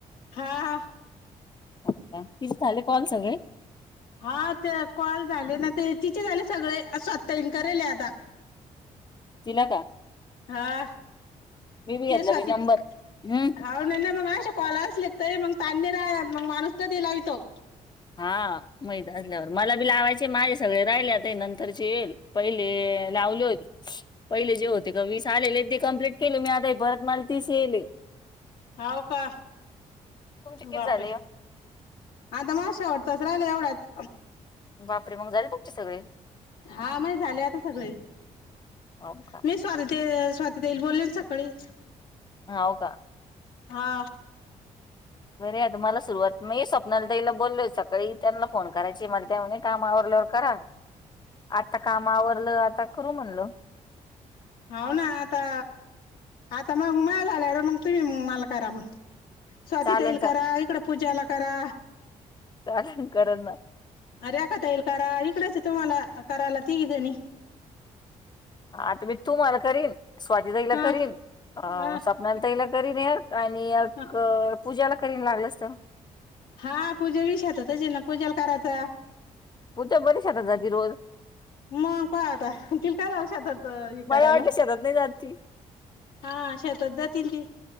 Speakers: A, on the left; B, on the left.
A: हा, हा,
B: हो का तिस झाले कॉल सगळे
A: हा ते कॉल झाले ना ते तिचे झाले सगळे स्वतः हन करेले आता
B: तिला का
A: ह हा
B: मी बी
A: ते
B: घेतला
A: स्वातीत
B: बाई नंबर हम्म
A: हा मग अे कोलास लिखतय मग त्यांनी राह मग माणूसक दिलावितो.
B: हा <unintelligible> असल्यावर मला बी लावायचे, माझे सगळे राहिलेता नंतरचे येईल. पहिले लावले होते, पहिले जे होते का वीस आलेले ते कमप्लीट केले मी आता, परत मला तीस येइले.
A: हावका,
B: तुमचे किती
A: बापरे!
B: झाले
A: आता माझा शेवट चा, राहिला एवढ्याच,
B: बापरे! मग झाले तुमचे सगळे
A: हा म झाले आता सगळे
B: हो का
A: मी स्वात स्वाती ताई बोलले सकाळी
B: हो का
A: हा
B: बरे तुम्हाला सुरुवात मी स्वप्नालाईला बोललोय सकाळी त्यांना फोन करायची मला त्यामध्ये काम आवरडल्यावर करा
A: <inaudible>
B: आता कामावरलं आता करू म्हणल.
A: हो ना आता आता मग उमाया झाल्या र मग तुम्ही माल करा मग स्वातीताईला
B: चालेल
A: करा इकड पूजाला करा.
B: चालेल करल ना.
A: अरे आक्का ताईला करा, इकडच तुम्हाला करायला तीघी जणी
B: हा आता मी तूम्हाला करीन, स्वाती ताईला
A: हा
B: करीन, अ
A: हा
B: स्वप्नाली ताईला करीन आणि. आणि एक
A: हा
B: पूजाला करीन लागलंच तर.
A: हा पूजे विषत तची ना पूजेला करायचा.
B: पूजा बरीचात जी रोज.
A: मग काय आता त काय जाऊ शेतात हे
B: मला
A: करायला
B: वाटलं शेतात नाही जात.
A: हा शेतात जातील ती